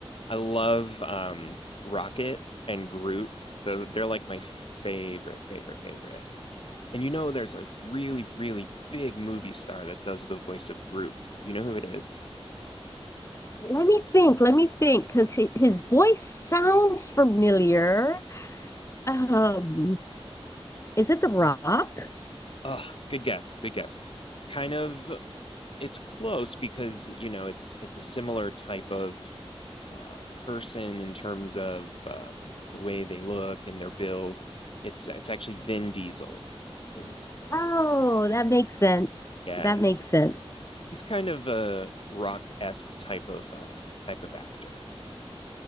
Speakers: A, on the left; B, on the left.
A: I love, um, Rocket and Groot. Tho they're like my favorite, favorite, favorite. And you know there's a really, really big movie star that does the voice of Groot. Do you know who it is?
B: Let me think. Let me think, because his voice sounds familiar. Um, is it The Rock?
A: Ugh, good guess, good guess. It's kind of It's close because, you know, it's it's a similar type of uh, person in terms of um, the way they look and their build. It's it's actually Vin Diesel. Vin Diesel.
B: Oh, that makes sense.
A: Yeah,
B: That makes sense.
A: he's kind of a rock-esque type of uh, type of actor. Yeah.